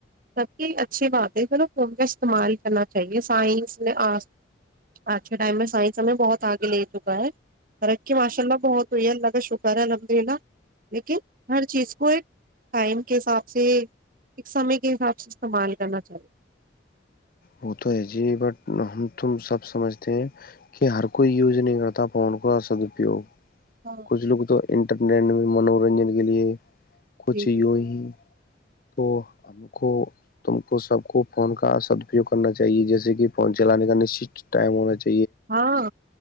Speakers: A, on the right; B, on the left.
A: سب کی اچھی بات ہے چلو فون کا استعمال کرنا چاہیے سائنس میں آج آج کے ٹائم میں سائنس ہمیں بہت آگے لے چکا ہے فرق کے ماشاء اللہ بہت ہوئی ہے اللہ کا شکر ہے الحمد للہ لیکن ہر چیز کو ایک ٹائم کے حساب سے ایک سمے کے حساب سے استعمال کرنا چاہیے
B: وہ تو ہے جی بٹ ہم تم سب سمجھتے ہیں کہ ہر کوئی یوز نہیں کرتا فون کا سدپیوگ
A: ہاں
B: کج لوگ تو انٹرٹٹ میں منورنجن کے لیے کچھ
A: جی
B: یوں
A: جی
B: ہی تو ہم کو تم کو سب کو فون کا سدپیوگ کرنا چاہیے جیسے کہ فون چلانے کا نشچت ٹائم ہونا چاہیے
A: ہاں